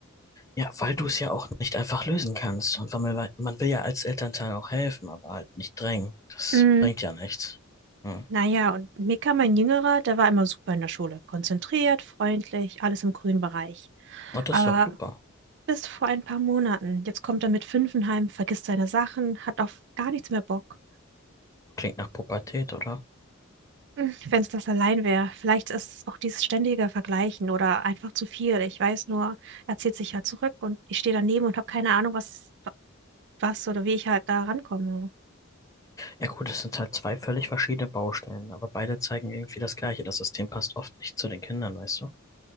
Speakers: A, on the left (about 15°); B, on the right (about 55°).
A: ja, weil du es ja auch nicht einfach lösen kannst. Und weil man, man will ja als Elternteil auch helfen, aber halt nicht drängen. Das
B: Mhm.
A: bringt ja nichts. Hm.
B: Naja, und Mika, mein Jüngerer, der war immer super in der Schule. Konzentriert, freundlich, alles im grünen Bereich.
A: Und das
B: Aber
A: ist doch super.
B: bis vor ein paar Monaten, jetzt kommt er mit fünf heim, vergisst seine Sachen, hat auf gar nichts mehr Bock.
A: Klingt nach Pubertät, oder?
B: Wenn es das allein wäre. Vielleicht ist es auch dieses ständige Vergleichen oder einfach zu viel. Ich weiß nur, er zieht sich halt zurück und ich stehe daneben und habe keine Ahnung, was, was oder wie ich halt da rankomme.
A: Ja gut, es sind halt zwei völlig verschiedene Baustellen, aber beide zeigen irgendwie das Gleiche. Das System passt oft nicht zu den Kindern, weißt du?